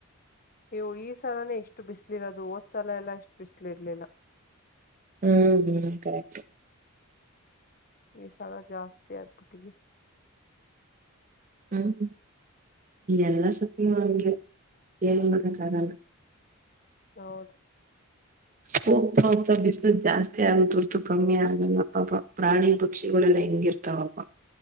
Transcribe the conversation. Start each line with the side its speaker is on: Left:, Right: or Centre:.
Left: ಯ್ಯೋ ಈ ಸಲಾನೇ ಎಷ್ಟು ಬಿಸ್ಲಿ ಇರೋದು ಓದ್ ಸಲ ಎಲ್ಲಾ ಎಷ್ಟು ಬಿಸ್ಲಿ ಇರ್ಲಿಲ್ಲ
Right: ಹ್ಮ್ ಹ್ಮ್ ಕರೆಕ್ಟ್
Left: ಈ ಸದ ಜಾಸ್ತಿ ಯ ಪುಟ್ಟಿಗೆ
Right: ಹ್ಮ್ ಎಲ್ಲ ಸತಿಂಗ ನಮ್ಗೆ ಏನ್ ಮಾಡಕ್ಕ ಆಗಲ್ಲ
Left: ಹೌದು
Right: ಹೋಗ್ತಾ ಹೋಗ್ತಾ ಬಿಸ್ನೆಸ್ ಜಾಸ್ತಿ ಆಗುತ್ತ ಹೊರ್ತು ಕಮ್ಮಿ ಆಗಲ್ಲಪ್ಪ ಪ್ರಾಣಿ ಪಕ್ಷಿಗಳೆಲ್ಲ ಹೆಂಗಿರ್ತ ತಪ್ಪ